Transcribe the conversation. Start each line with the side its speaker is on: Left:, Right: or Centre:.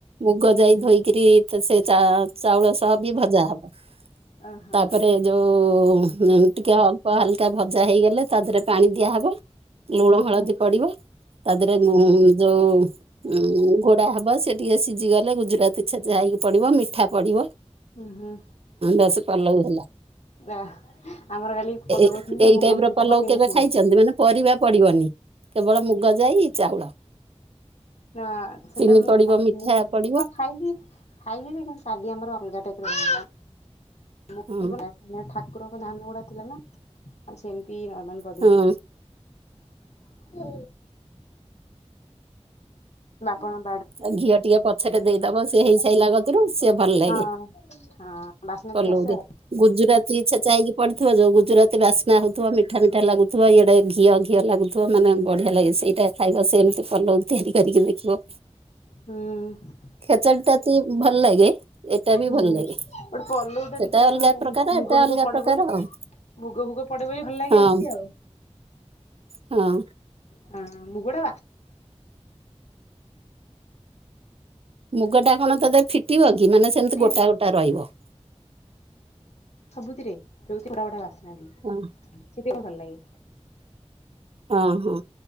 Right: ମୁଗ
Left: ହୁଁ
Right: ଯାଇ,
Left: ହୁଁ
Right: ଧୋଇକିରି ସେ ଚା ଚାଉଳ ସହ ବି ଭଜା ହବ।
Left: ଓହୋ
Right: ତାପରେ ଯୋଉ-ଉ-ଉ-ଉ ଟିକେ ଅଳ୍ପ ହାଲକା ଭଜା ହେଇଗଲେ ତା ଦେହରେ ପାଣି ଦିଆହବ। ନୁଳଁ
Left: ଉଁ
Right: ହଳଦୀ
Left: ହୁଁ
Right: ପଡିବ। ତା ଦେହରେ ହୁଁ-ହୁଁ- ହୁଁ ଯୋଉଁ-ଉଁ-ଉଁ ଘୋଡା ହବ। ସେ ଟିକେ ସି ଜି ଗଲେ ଗୁଜୁରାତି ଛେଚା ହେଇକି ପଡିବ ମିଠା ପଡିବ।
Left: ଉଁ ହୁଁ
Right: ବାସ୍ ପଲଉ ହେଲା।
Left: ଆ ଆମର କାଲି ପଲଉ
Right: ଏ-ଏଇ
Left: କରିଥିଲୁ ଯେ ମୁଗ
Right: ଟାଇପ୍
Left: ଫୁଗ
Right: ର
Left: କିଛି
Right: ପଲଉ
Left: ପକେଇ
Right: କେବେ
Left: ନଥିଲୁ।
Right: ଖାଇଛନ୍ତି? ମାନେ ପରିବା ପଡିବନି। କେବଳ ମୁଗ ଯାଇ, ଚାଉଳ।
Left: ନାଁ, ସେଟା
Right: ଚିନି
Left: ମୁଁ
Right: ପଡିବ
Left: ଖାଇଥିଲିିନା!
Right: ମିଠା ପଡିବ
Left: ହଁ ଖାଇବି! ଖାଇବିଯେ କିନ୍ କାଲି ଆମର ଅଲଗା ଟାଇପ୍ ର ବାହାରଲା। <inaudible>
Right: ହଁ
Left: ଠାକୁରଙ୍କ ଧାନ ଗୁଡା ଥିଲା ନା ଆଉ ସେମିତି ନର୍ ମାଲ କରିଦେଇଥିଲି।
Right: ହଁ
Left: ଉଁ ବାପାଙ୍କ
Right: ଆଉ ଘିଅ ଟିକେ ପଛରେ ଦେଇଦବ। ସେ ହେଇ ସାଇଲା କତିରୁ, ସିଏ ଭଲ ଲାଗେ।
Left: ହଁ ହଁ ବାସ୍ନା
Right: ପଲଉରେ,
Left: ଟିକେ ଆସେ ଆଉ।
Right: ଗୁଜୁରାତି ଛେଚା ହେଇକି ପଡିିଥିବ ଯୋଉ, ଗୁଜୁରାତି ବାସ୍ ନା ହଉଥିବା ମିଠା ମିଠା ଲାଗୁଥିବ, ଇଆଡେ ଘିଅ ଘିଅ ଲାଗୁଥିବ, ମାନେ ବଢିଆ ଲାଗେ। ସେଇଟା ଖାଇବ ସେମତି ପଲଉ ତିଆରି କରିକି ଦେଖିବ।
Left: ହୁଁ।
Right: ଖେଚେଡି ଟା ତି ଭଲ ଲାଗେ ଏଟା ବି
Left: ହୁଁ,
Right: ଭଲ ଲାଗେ
Left: ଗୋଟେ ପଲଉ ଟିକେ
Right: ସେଟା ଅଲଗା
Left: ମାନେ
Right: ପ୍ରକାର
Left: ମୁଗ
Right: ଏଟା
Left: ମୁଗ
Right: ଅଲଗା
Left: ପଡେ
Right: ପ୍ରକାର
Left: ବୋଲି,
Right: ଆଉ
Left: ମୁଗ ଫୁଗ ପଡେ ବୋଲି ଭଲ ଲାଗେ
Right: ହଁ
Left: ବେଶୀ ଆଉ।
Right: ହଁ।
Left: ହଁ, ମୁଗ ଟା ବାସ୍
Right: ମୁଗ ଟା କଣ, ତାଧେ ଫିଟିବ କି ମାନେ ସେମିତି
Left: ଦିଏ
Right: ଗୋଟା
Left: ନା
Right: ଗୋଟା ରହିବ।
Left: ସବୁଥିରେ ରହୁଛି ବଢ଼ା ବଢ଼ା ବାସ୍ନା ଦିଏ।
Right: ହଁ
Left: ସେ ଟିକେ ଭଲ ଲାଗେ।
Right: ହଁ ହଁ।